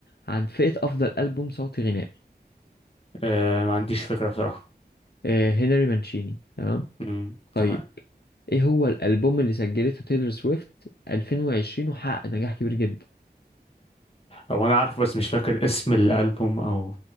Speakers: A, on the left (about 70°); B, on the left (about 35°).
A: عن فئة أفضل ألبوم صوتي غنائي
B: آه، ما عنديش فكرة بصراحة
A: آه، هنري مانشيني تمام
B: مم.
A: طيب
B: تمام
A: إيه هو الألبوم اللي سجلته تايلور سويفت 2020 وحقق نجاح كبير جدا
B: هو انا عارف بس مش فاكر اسم الالبوم او